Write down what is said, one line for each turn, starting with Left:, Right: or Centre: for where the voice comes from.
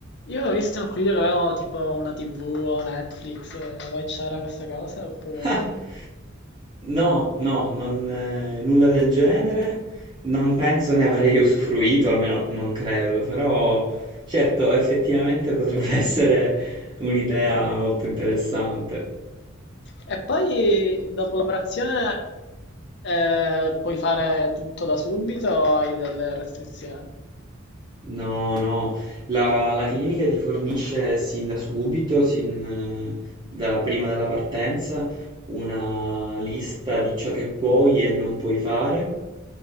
Left: Io ho visto in alcuni video che avevano tipo una TV o Netflix, eh, voi c'era questa cosa, oppure
Right: <laughs>
Left: no?
Right: No, no, non, eh, nulla del genere, non penso ne avrei <laughs> usufruito, almeno non credo, però certo, effettivamente potrebbe <laughs> essere un'idea molto interessante.
Left: E poi dopo l'operazione eh, puoi fare tutto da subito o hai delle restrizioni?
Right: No, no, la, la clinica ti fornisce sin da subito, sin eh, da prima della partenza, una lista di ciò che puoi e non puoi fare.